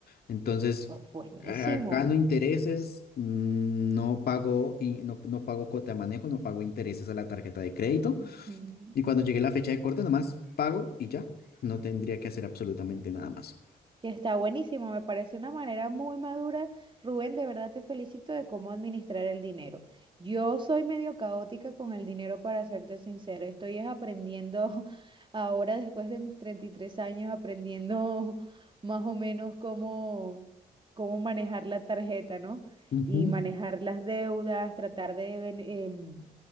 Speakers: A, on the left (about 65°); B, on the right (about 30°).
A: Entonces,
B: Bu- Buenísimo,
A: a- gano intereses, mm, no pago, y no, no pago cuota de manejo, no pago intereses a la tarjeta de crédito.
B: Ujú.
A: Y cuando llegue la fecha de corte, nomás pago y ya. No tendría que hacer absolutamente nada más.
B: que está buenísimo, me parece una manera muy madura. Rubén, de verdad te felicito de cómo administrar el dinero. Yo soy medio caótica con el dinero, para serte sincera. Estoy es aprendiendo <laughs> ahora, después de mis 33 años, aprendiendo <laughs> más o menos cómo, cómo manejar la tarjeta, ¿no?
A: Ujú,
B: Y manejar las deudas, tratar de... ven- em,